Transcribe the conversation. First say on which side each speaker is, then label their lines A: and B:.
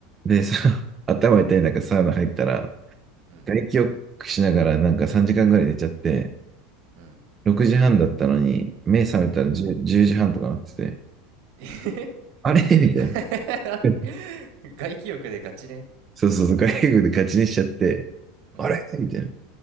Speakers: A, on the right; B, on the right.
A: う。で、その <laughs> 頭痛い中サウナ入ったら、
B: うん。
A: 外気浴しながらなんか3時間ぐらい寝ちゃって、
B: うん。
A: 6時半だったのに、目覚めたら
B: うん。
A: 10, 時半とかなってて、
B: <laughs> えへへ
A: あれみたいな。
B: <laughs>
A: <laughs>
B: 外気浴でガチね。
A: そうそうそう、外国でガチにしちゃって、
B: うん。
A: あれみたいな。